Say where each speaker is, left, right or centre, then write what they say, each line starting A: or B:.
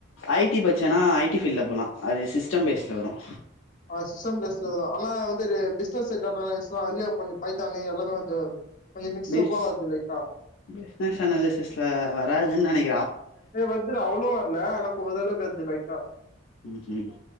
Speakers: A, on the left; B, on the left.
A: ஐடி பச்சன்னா ஐடி பீல்ல போலா அது சிஸ்டம் பேஸ்ல வரும்
B: சிஸ்டம் பேஸ்ல வரும் ஆனா வந்து இரு பிஸ்னஷ் செக்டர் சொ அதுலயே கொஞ்ச பைத்தானி எல்லாமே வந்து கொஞ்ச மிக்ஸ்அப்பா
A: பிஸ்
B: வருது லைட்டா
A: பிஸ்னஷ் அனாலிசிஸ்ல வராதுன் நினைக்ற
B: ஏ வருதுரா அவ்ளோ வரல எனக்கு ஒரளவுக்கு லைட்டா
A: ம் ம்